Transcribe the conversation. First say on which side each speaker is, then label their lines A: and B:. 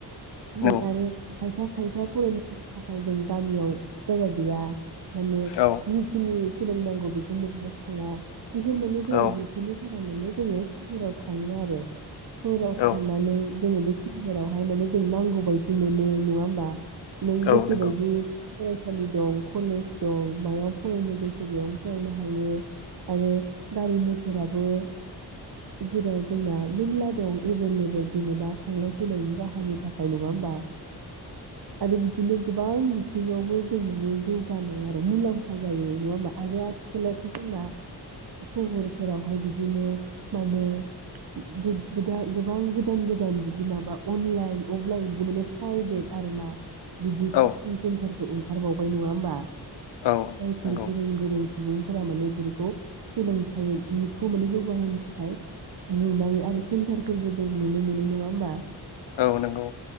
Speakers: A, on the right; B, on the left.
A: बि
B: नौ
A: आरो। खायफा खायफा फरायनो थाखाय जों गामियाव जायगा गैया। माने
B: औ
A: जिखिनि सोलोंनांगौ बेखौ मोननो थाङा। बेफोर माने जोङो
B: औ
A: बेफोरनि थाखाय फाननानै जोङो सहराव थाङो आरो। सहराव
B: औ
A: थांनानै जोङो बे सहोरावहाय माने जों नांगौ बायदि मोनो नङा होमबा? नों गोसो
B: औ नंगौ
A: बायदि फरायसालि दं कलेज दं मायाव फरायनो गोसो बेयावनो फरायनो हायो आरो गारि मथराबो जेराव जोंना मेरला दं एभेलेबोेल जेनेबा थांलाय फैलायनि राहानि थाखाय नङा होमबा आरो बिदिनो गोबां बिथिङावबो जों माने जौगानाय आरो मुलाम्फा जायो नङा होमा आरो आथिखालावथ' जोंना सहरफोरावहाय बिदिनो माने गो गोबां गोदान-गोदान बिदि माबा अनलाइन अफलाइन बिदि माने प्राइभेट आरो ना। बिदि कचिं
B: औ
A: सेन्टारफोर ओं खारबावबाय नङा होमबा?
B: औ
A: जायफोर
B: नंगौ
A: गोरों गोरों सुबुंफोरा माने बेखौ सोलोंथाइखौ माने जौगाहोनो थाखाय नुनाय आरो सेन्टारफोरबो जों नुनो मोनो नङा होमबा?
B: औ नंगौ।